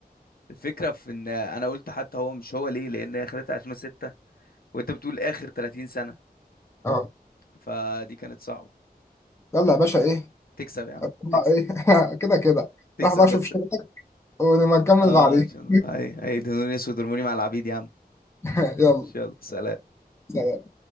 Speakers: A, on the left; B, on the left.
A: الفكره في ان انا قلت حتى هو مش هو ليه لان هي خدتها 2006 وانت بتقول اخر 30 سنه
B: اه
A: فدي كانت صعبه
B: يلا يا باشا إيه
A: تكسب يا عم
B: أتوقع
A: تكسب
B: إيه <laughs> كده كده
A: تكسب
B: راح بقى
A: بس
B: أشوف شغلك ونبقى نكمل
A: اه
B: بعدين
A: عشان دول هي هيدهنوني اسود ارموني مع العبيد يا عم
B: <laughs> يلا
A: يلا سلام
B: سلام.